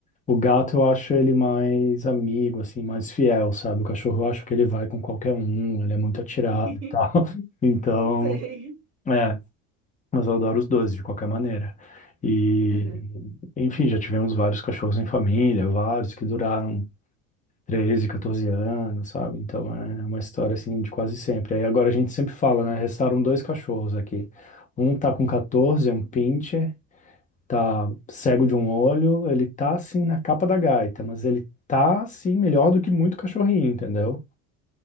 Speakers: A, on the left; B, on the right.
A: o gato eu acho ele mais amigo, assim, mais fiel, sabe? O cachorro eu acho que ele vai com qualquer um. Ele é muito atirado
B: <laughs>
A: e tal. <laughs> Então.
B: Não Sei.
A: é, mas eu adoro os dois, de qualquer maneira. E,
B: Aham.
A: enfim, já tivemos vários cachorros em família, vários que duraram 13, 14 anos, sabe? Então é uma história assim de quase sempre. Aí agora a gente sempre fala, né? Restaram dois cachorros aqui. Um tá com 14, é um pincher, tá cego de um olho, ele tá assim na capa da gaita, mas ele tá assim melhor do que muito cachorrinho, entendeu?